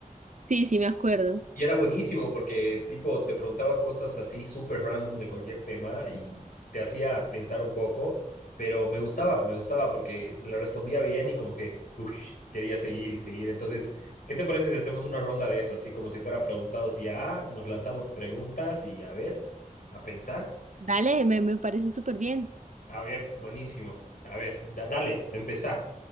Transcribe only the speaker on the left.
Y era buenísimo porque, tipo, te preguntaba cosas así súper random de cualquier tema y te hacía pensar un poco, pero me gustaba, me gustaba porque le respondía bien y como que, uff, quería seguir y seguir. Entonces, ¿qué te parece si hacemos una ronda de eso? Así como si fuera preguntados y ya, nos lanzamos preguntas y a ver, a pensar.
A ver, buenísimo. A ver, da- dale, empezá.